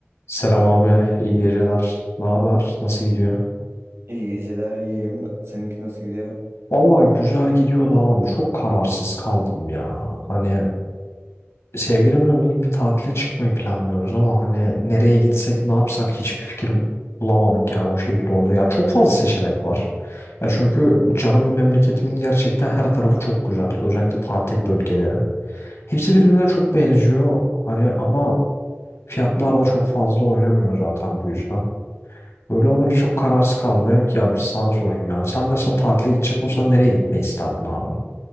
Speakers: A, on the left; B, on the right.
A: Selam abi, iyi geceler. Ne haber? Nasıl gidiyor?
B: İyi geceler, iyiyim. Seninki nasıl gidiyor?
A: Vallahi güzel gidiyor da abi. Çok kararsız kaldım ya. Hani sevgilimle minik bir tatile çıkmayı planlıyoruz ama hani nereye gitsek, ne yapsak hiçbir fikrim bulamadık ya o şey doğru. Ya çok fazla seçenek var. Ya çünkü canım memleketimin gerçekten her tarafı çok güzel. Özellikle tatil bölgeleri. Hepsi birbirine çok benziyor. Hani ama fiyatlar da çok fazla oynamıyor zaten bu yüzden. Böyle olunca çok kararsız kaldım. Dedim ki ya bir sana sorayım ya. Sen mesela tatile gidecek olsan nereye gitmeyi isterdin abi?